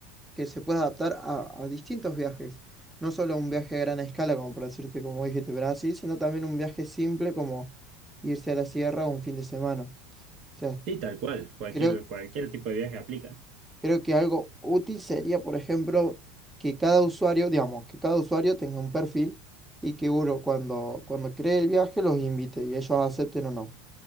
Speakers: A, in the centre; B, on the right.
A: que se pueda adaptar a, a distintos viajes. No solo a un viaje a gran escala, como por decirte, como dijiste, Brasil, sino también un viaje simple como irse a la sierra un fin de semana. O sea,
B: Sí, tal cual, cualquier,
A: creo,
B: cualquier tipo de viaje aplica.
A: creo que algo útil sería, por ejemplo, que cada usuario, digamos, que cada usuario tenga un perfil y que uno cuando, cuando cree el viaje los invite y ellos acepten o no.